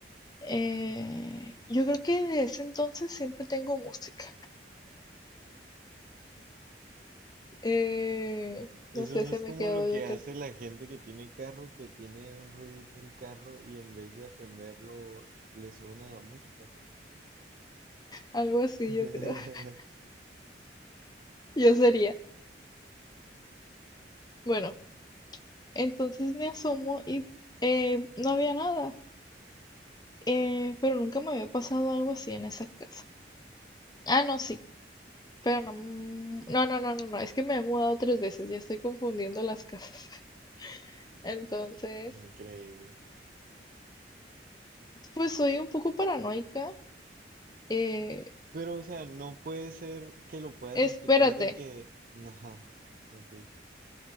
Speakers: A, on the left; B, on the right.
A: eh, yo creo que de ese entonces siempre tengo música. Eh,
B: Eso
A: no sé,
B: no
A: se
B: es
A: me
B: como
A: quedó,
B: lo
A: yo
B: que hace
A: creo.
B: la gente que tiene carro, que tiene un ruidito el carro y en vez de atenderlo le suben a la música.
A: Algo así,
B: <laughs>
A: yo creo. <laughs> Yo sería. Bueno, entonces me asomo y eh, no había nada. Eh, pero nunca me había pasado algo así en esa casa. Ah, no, sí. Pero no, mm, no, no, no, no, no. Es que me he mudado tres veces. Ya estoy confundiendo las casas. <laughs> Entonces,
B: Increíble.
A: pues soy un poco paranoica. eh,
B: Pero, o sea, no puede ser que lo puedas
A: Espérate.
B: explicar de que, ajá, ok,